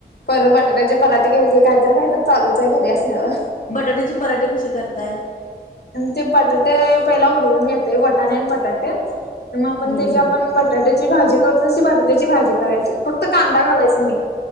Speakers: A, on the left; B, on the left.
A: पर बटाट्याचे पराटे केलेते काहीतरी काही तर चालूच आहे घरी असल्यावर.
B: बटाट्याचे पराठे कसे करताय.
A: ते बटाटे पहिला उघडून घेते बटाणे आणि बटाटे मग आपण
B: हम्म
A: ते जे
B: हम्म
A: आपण ब''--'' बटाट्याची भाजी करतो तशी बटाट्याची भाजी करायची. फक्त कांदा घालायच नाही